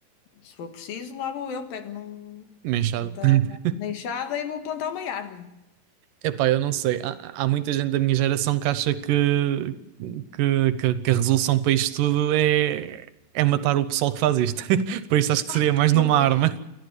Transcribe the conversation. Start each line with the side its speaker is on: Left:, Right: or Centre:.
Left: Se for preciso, lá vou eu, pego num,
Right: Uma enxada.
Left: num ta-
Right: <laughs>
Left: na enxada e vou plantar uma árvore.
Right: Epá, eu não sei. Há, há muita gente da minha geração que acha que, que, que, que a resolução para isto tudo é, é matar o pessoal que faz isto. <laughs> Por isso acho que seria
Left: <laughs>
Right: mais
Left: Que
Right: numa
Left: horror!
Right: arma.